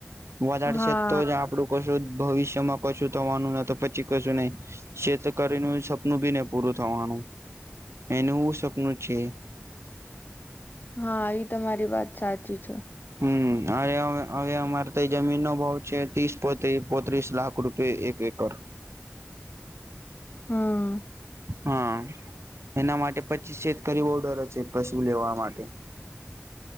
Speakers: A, on the right; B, on the left.
A: વધારે
B: હા,
A: છે તો જ આપડું કશું ભવિષ્યમાં કશું થવાનું ના તો પછી કશું નહી શેતકરી ન બીને પૂરું થવાનું એનું સપનું છે
B: હા એ તમારી વાત સાચી છે
A: હમ અરે હવે અમારે તો જમીન નો ભાવ છે ત્રીસ પો પોત્રીસ લાખ રૂપ એક એકર
B: હમ
A: હા એના માટે પચીસ છેજ કર ઓર્ડર છે કશું લેવા માટે